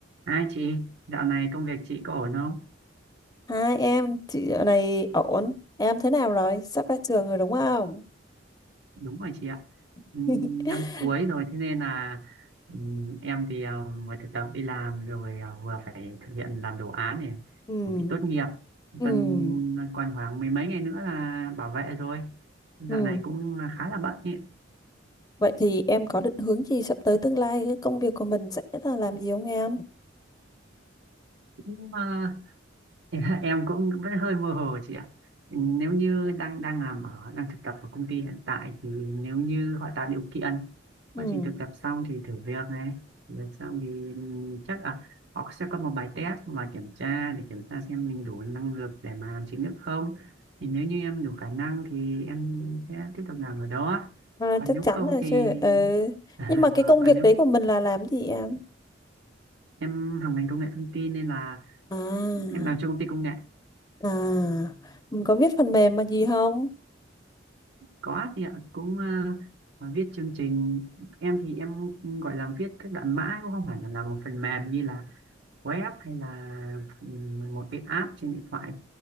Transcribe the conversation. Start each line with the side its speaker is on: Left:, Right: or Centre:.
Right: Hai chị, dạo này công việc chị có ổn không?
Left: Hai em, chị dạo này ổn. Em thế nào rồi? Sắp ra trường rồi đúng không?
Right: Đúng rồi chị ạ. Ừm,
Left: <laughs>
Right: Năm cuối rồi thế nên là ừm, em thì ờ, vừa thực tập đi làm rồi ờ, vừa phải thực hiện làm đồ án này,
Left: Ừ,
Right: chuẩn bị tốt nghiệp.
Left: ừ,
Right: Tuần còn khoảng mười mấy ngày nữa là bảo vệ rồi. Dạo
Left: ừ.
Right: này cũng ờ, khá là bận ý.
Left: Vậy thì em có định hướng gì sắp tới tương lai? Cái công việc của mình sẽ là làm gì không em?
Right: Cũng ờ, em <laughs> em cũng vẫn hơi mơ hồ chị ạ nếu như đang đang làm ở đang thực tập ở công ty hiện tại thì nếu như họ tạo điều kiện
Left: Ừ,
Right: quá trình thực tập xong thì thử việc này thử việc xong thì chắc là họ sẽ có một bài test mà kiểm tra để kiểm tra xem mình đủ năng lực để mà làm chính thức không thì nếu như em đủ khả năng thì em sẽ tiếp tục làm ở đó
Left: à,
Right: còn
Left: chắc
Right: nếu
Left: chắn
Right: không
Left: là
Right: thì
Left: chứ. Ừ.
Right: <laughs> à,
Left: Nhưng mà cái
Right: và
Left: công
Right: còn
Left: việc
Right: nếu
Left: đấy của mình là làm gì em?
Right: em học ngành công nghệ thông tin nên là
Left: À,
Right: em làm cho công ty công nghệ
Left: à, mình có viết phần mềm mà gì không?
Right: Có chị ạ, cũng ờ, viết chương trình em thì em gọi là viết các đoạn mã cũng không phải là làm một phần mềm như là web hay là ừm, một cái app trên điện thoại.